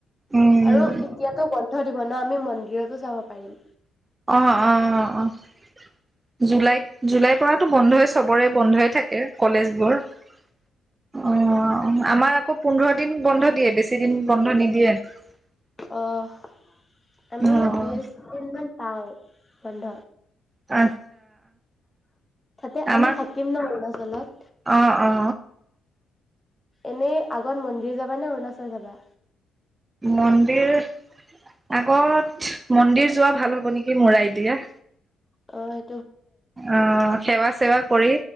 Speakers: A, on the right; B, on the left.
A: উম
B: আৰু এতিয়াতো বন্ধ দি ব ন', আমি মন ন্দিৰতো যাব পাৰিম।
A: অ' - অ' - অ'। জু জুলাইত। জুলাইৰ পৰাতো বন্ধই, চবৰে বন্ধই থাকে কলেজবোৰ । অ' আমাৰ আকৌ পোন্ধৰ দিন বন্ধ দিয়ে, বেছি দিন বন্ধ নিদিয়ে ।
B: অ আমি
A: অ'।
B: বিশ দিন মান পাওঁ বন্ধ।
A: আ
B: তাতে
A: আমাৰ
B: আমি থাকিম ন' অৰুণাচলত।
A: অ অ
B: এনে আগত মন্দিৰ যাবা নে অৰুণাচল যাবা?
A: মন্দিৰ আগত মন্দিৰ যোৱা ভাল হ'ব নেকি? মোৰ আইদিয়া?
B: হয়।
A: অ' সেৱা-চেৱা কৰি,